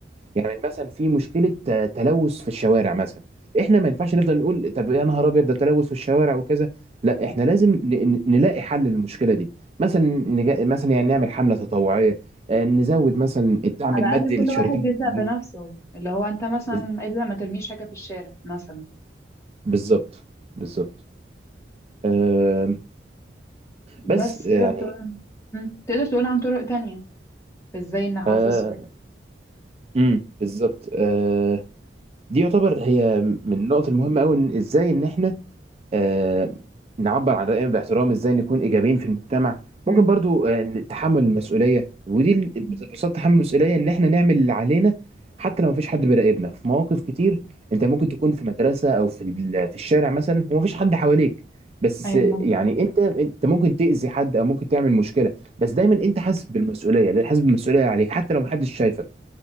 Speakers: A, on the right; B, on the left.
A: يعني مثلا في مشكلة آه، تلوث في الشوارع مثلا إحنا ما ينفعش نفضل نقول طب يا نهار أبيض ده تلوث في الشوارع وكذا لا إحنا لازم ن- ن- نلاقي حل للمشكلة دي مثلا نج- مثلا يعني نعمل حملة تطوعية آه، نزود مثلا الدعم
B: على
A: المادي
B: الأقل كل
A: لشركات
B: واحد يبدأ
A: التنظيف
B: بنفسه اللي هو أنت مثلا
A: بز-
B: ابدأ ما ترميش حاجة في الشارع مثلا
A: بالظبط بالظبط آه،
B: بس
A: بس
B: تقدر
A: يعني
B: تقول مم. تقدر تقول عن طرق تانية ازاي نحافظ
A: آه، امم بالظبط آه، دي يعتبر هي من النقط المهمه قوي ان ازاي ان احنا آه، نعبر عن راينا باحترام ازاي نكون ايجابيين في المجتمع
B: مم.
A: ممكن برضو آه، تحمل المسؤوليه ودي ال- ببساطه
B: مم.
A: تحمل المسؤوليه ان احنا نعمل اللي علينا حتى لو مفيش حد بيراقبنا في مواقف كتير انت ممكن تكون في مدرسه او في ال- في الشارع مثلا ومفيش حد حواليك بس
B: ايوه مظبوط
A: يعني انت انت ممكن تاذي حد او ممكن تعمل مشكله بس دايما انت حاسس بالمسؤوليه حاسس بالمسؤوليه عليك حتى لو محدش شايفك